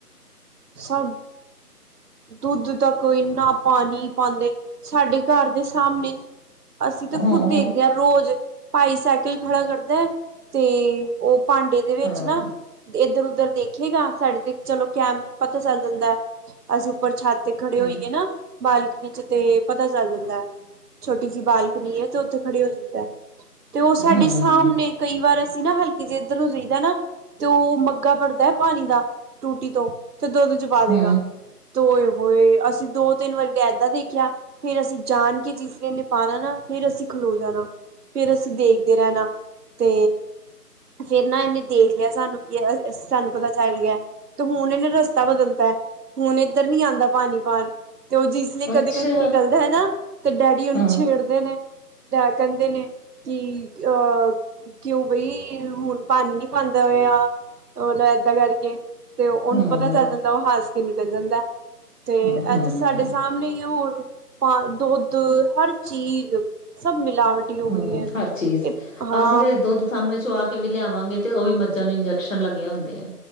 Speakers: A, on the right (about 70°); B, on the left (about 50°).
A: ਸਭ ਦੁੱਧ ਤੱਕ ਇੰਨਾ ਪਾਣੀ ਪਾਉਂਦੇ। ਸਾਡੇ ਘਰ ਦੇ ਸਾਹਮਣੇ ਅਸੀਂ ਤੇ
B: ਹੂੰ-ਹੂੰ
A: ਖੁੱਦ ਦੇਖਦੇ ਹਾਂ, ਰੋਜ਼। ਭਾਈ ਸਾਈਕਲ ਖੜਾ ਕਰਦਾ ਤੇ ਉਹ ਭਾਂਡੇ ਦੇ ਵਿੱਚ
B: ਹਾਂ
A: ਨਾ ਇੱਧਰੋਂ ਉਧੱਰ ਦੇਖੇਗਾ। ਸਾਡੇ ਤੇ ਚਲੋ ਕੈਮਰੇ, ਪਤਾ ਚੱਲ ਜਾਂਦਾ। ਅਸੀਂ ਉਪਰ ਛੱਤ ਤੇ ਖੜੇ
B: ਹੂੰ-ਹੂੰ
A: ਹੋਈਏ ਨਾ, ਬਾਲਕਨੀ ਚ ਤੇ ਪਤਾ ਚੱਲ ਜਾਂਦਾ ਹੈ। ਛੋਟੀ ਜਿਹੀ ਬਾਲਕਨੀ ਹੈ। <unintelligible> ਖੜੇ ਹੋ ਜਈਦਾ ਤੇ ਉਹ
B: ਹੂੰ
A: ਸਾਡੇ
B: ਹੂੰ
A: ਸਾਹਮਣੇ ਕਈ ਵਾਰ ਸੀ ਨਾ ਹਲਕੇ ਜੇ ਇੱਧਰ ਨੂੰ ਰਹੀਦਾ ਨਾ ਤੇ ਉਹ ਮੱਗਾ ਭਰਦਾ ਹੈ ਪਾਣੀ ਦਾ, ਟੂਟੀ ਤੋਂ। ਤੇ ਦੁੱਧ ਚ ਪਾ ਦੇਗਾ।
B: ਹੂੰ
A: ਹੋਏ ਹੋਏ ਅਸੀਂ ਦੋ ਤਿੰਨ ਵਾਰੀ ਦਾ ਏਦਾਂ ਦੇਖਿਆ ਫੇਰ ਅਸੀਂ ਜਾਣ ਕੇ ਜਿਸ ਦਿਨ ਪਾਣਾ ਨਾ ਫੇਰ ਅਸੀਂ ਖਲੋ ਜਾਣਾ ਫੇਰ ਅਸੀਂ ਤੁਸੀਂ ਦੇਖਦੇ ਰਹਿਣਾ ਤੇ ਫੇਰ ਨਾ ਇਹਨੇ ਦੇਖ ਲਿਆ ਸਾਨੂੰ ਕਿ ਸਾਨੂੰ ਪਤਾ ਚੱਲ ਗਿਆ ਤੇ ਹੁਣ ਇਹਨੇ ਰਸਤਾ ਬਦਲਤਾ ਹੁਣ ਇਹ ਉੱਧਰ ਨਹੀਂ ਆਉਂਦਾ ਪਾਣੀ ਭਾਲ ਤੇ ਉਹ ਜਿਸਨ
B: ਅੱਛਾ
A: ਕਦੇ ਕਦੇ ਨਿਕਲਦਾ ਹੈ ਨਾ ਤੇ ਡੈਡੀ ਉਹਨੂੰ
B: ਹੂੰ
A: ਛੇੜਦੇ ਨੇ ਡੈਡ ਕਹਿੰਦੇ ਨੇ ਕਿ ਅਹ ਕਿਉਂ ਬਈ ਹੁਣ ਪਾਣੀ ਨੀ ਪਾਉਂਦਾ ਹੋਇਆ ਮਤਲਬ ਏਦਾਂ ਕਰਕੇ ਤੇ ਉਹਨੂੰ
B: ਹੂੰ
A: ਪਤਾ ਚੱਲ ਜਾਂਦਾ ਉਹ ਹੱਸ ਕਿ ਨਿਕਲ ਜਾਂਦਾ ਤੇ
B: ਹੂੰ
A: ਅੱਜ ਸਾਡੇ ਸਾਹਮਣੇ ਹੀ ਹੋਰ ਵੀ ਪਾ ਦੁੱਧ ਹਰ ਚੀਜ਼ ਸਭ ਮਿਲਾਵਟੀ ਹੋ ਗਈ
B: ਹਮ
A: ਹੈ।
B: ਹਰ ਚੀਜ਼
A: ਇਹ ਹਾਂ
B: ਅਸੀਂ ਤੇ ਦੁੱਧ ਸਾਹਮਣੇ ਚਵਾ ਕੇ ਵੀ ਲਿਆਵਾਂਗੇ ਤੇ ਉਹ ਵੀ ਮੱਝਾਂ ਨੂੰ ਇੰਜੈਕਸ਼ਨ ਲੱਗੇ ਹੁੰਦੇ ਆ